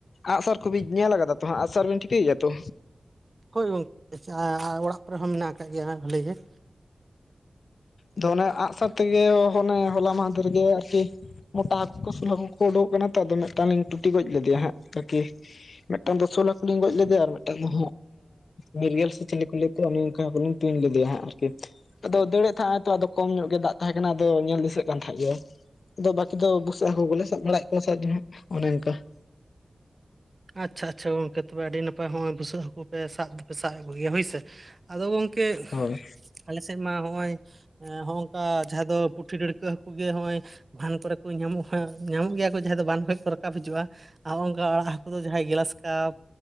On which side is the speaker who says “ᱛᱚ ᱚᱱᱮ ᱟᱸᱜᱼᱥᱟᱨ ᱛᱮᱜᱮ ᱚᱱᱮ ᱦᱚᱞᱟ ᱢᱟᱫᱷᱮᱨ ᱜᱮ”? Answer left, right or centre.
Left